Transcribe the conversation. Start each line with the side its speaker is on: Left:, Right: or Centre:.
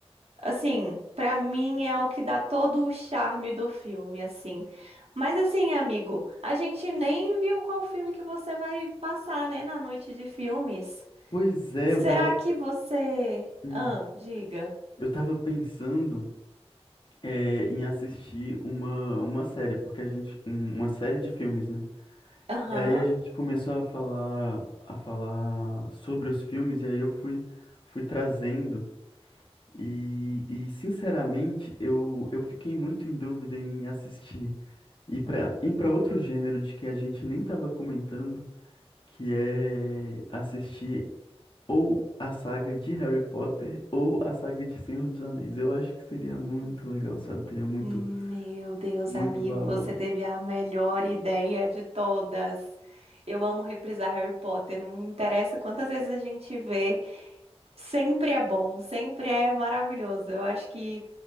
Right: Assim, pra mim é o que dá todo o charme do filme, assim. Mas assim, amigo, a gente nem viu qual filme que você vai passar, né, na noite de filmes.
Left: Pois é,
Right: Será
Left: eu tava,
Right: que você...
Left: hum,
Right: Ah, diga.
Left: eu tava pensando, é, em assistir uma, uma série, porque a gente, um- uma série de filmes, né?
Right: Aham.
Left: E aí a gente começou a falar, a falar sobre os filmes, e aí eu fui, fui trazendo. E, e, sinceramente, eu, eu fiquei muito em dúvida em assistir e para ir para outro gênero de que a gente nem estava comentando, que é assistir ou a saga de Harry Potter ou a saga de Senhor dos Anéis. Eu acho que seria muito legal, sabe? Teria muito,
Right: Meu Deus,
Left: muito
Right: amigo,
Left: valor.
Right: você teve a melhor ideia de todas. Eu amo reprisar Harry Potter, não interessa quantas vezes a gente vê, sempre é bom, sempre é maravilhoso. Eu acho que